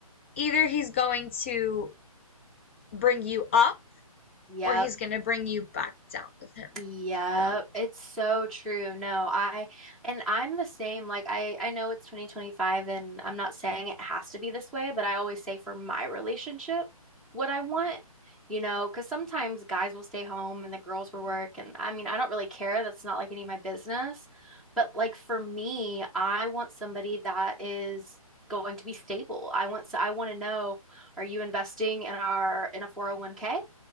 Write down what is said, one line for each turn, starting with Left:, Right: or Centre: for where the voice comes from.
Left: Either he's going to bring you up
Centre: Yep.
Left: or he's going to bring you back down with him.
Centre: Yep,
Left: So.
Centre: it's so true. No, I and I'm the same. Like I I know it's 2025 and I'm not saying it has to be this way, but I always say for my relationship what I want, you know, because sometimes guys will stay home and the girls will work and I mean, I don't really care. That's not like any of my business. But like for me, I want somebody that is going to be stable. I want so I want to know, are you investing in our in a 401k?